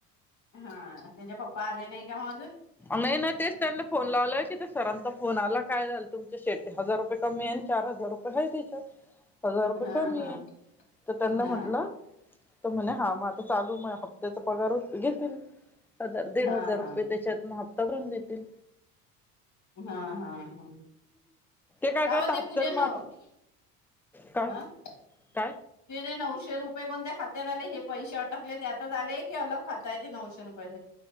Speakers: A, on the left (about 35°); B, in the centre.
A: हा त्याचे पप्पा आले नाही का हो अजून?
B: नाही ना तेच त्यांना फोन लावलय किथ सरांचा कोणाला काय झालंल तुमचे शेट्टे हजार रुपये कमी आहे चार हजार रुपये ह त्यिच्यात. हजार रुपये
A: हा
B: कमी
A: हा
B: आहे तर त्यांना
A: हा
B: म्हटलं तर म्हणे हा मग आता चालू मग हप्त्याचा पगार घेतील‌. हजार दीड
A: हा
B: हजार
A: हा
B: रुपये त्यांच्या तुन हत्तावररून देतील.
A: हा हा हा
B: काय
A: तव
B: करत हप्त्याला
A: ते पूजा नववी
B: मग आपण काय
A: अं तेे
B: काय
A: रे नऊशे रुपये कोणत्या खात्यात आले हे पैसे अटकले त्यातच आले की अलग खातं आहे ते नऊशे रुपयाचं.